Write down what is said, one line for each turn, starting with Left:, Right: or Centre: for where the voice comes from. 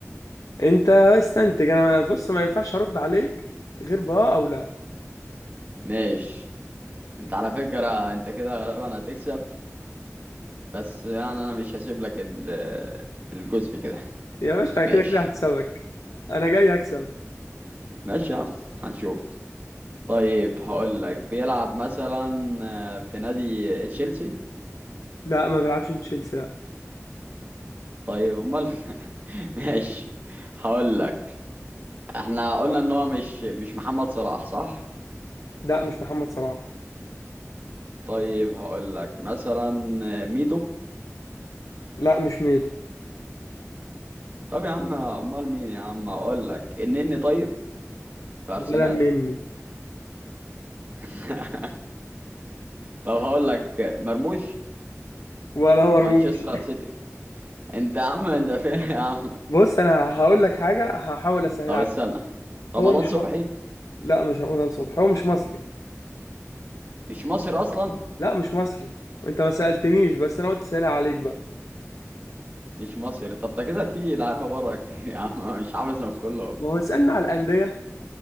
Left: انت استنتج انا بص ما ينفعش ارد عليك غير باه او لا
Right: ماشي انت على فكرة انت كده غالبا هتكسب بس يعني انا مش هسيب لك ال- آه، الجزء كده
Left: يا باشا انا
Right: ماشي
Left: كده كده هكسبك انا جاي هكسب
Right: ماشي يا عم هنشوف طيب هقول لك بيلعب مثلا آه، في نادي تشيلسي
Left: لا ما بيلعبش في تشيلسي لا
Right: طيب امال <laughs> ماشي هقول لك احنا قلنا ان هو مش مش محمد صلاح صح
Left: لا مش محمد صلاح
Right: طيب هقول لك مثلا آه، ميدو
Left: لا مش ميدو
Right: طب يا عم امال مين يا عم هقول لك النني طيب في ارسنال
Left: ولا النني
Right: <laughs> طب هقول لك مرموش
Left: ولا مرموش
Right: مانشستر سيتي انت يا عم انت فين يا عم
Left: بص انا هقول لك حاجه هحاول اسهل
Right: طب
Left: عليك
Right: استنى
Left: بقى.
Right: رمضان
Left: هو مش
Right: صبحي
Left: م... لا مش رمضان صبحي هو مش مصري
Right: مش مصري اصلا
Left: لا مش مصري انت ما سالتنيش بس انا قلت سهلها عليك بقى
Right: مش مصري طب ده كده في لعيبه بره كتير يا عم مش حافظهم كلهم
Left: ما هو اسالنا على الانديه